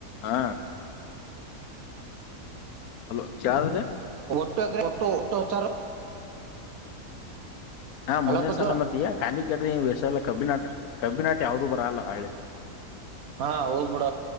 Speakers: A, on the left (about 75°); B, on the right (about 70°).
A: ಹಾ hello ಕ್ಯಾದಿದೆ
B: <unintelligible> Toto ಟೋಚಾರ
A: ಹಾ ಮುಂದನೇ
B: ಅಲ್ಲ ಪಜ್ಜು
A: ಸಲ ಮತ್ತಯ ಖಾಲಿ ಕಡ <unintelligible> ಕಬ್ಬಿನಾಟ ಕಬ್ಬಿನಾಟ ಯಾವದೂ ಬರಲ್ಲ ಹಳೆ
B: ಹಾ ಹೌದ್ ಬಿಡ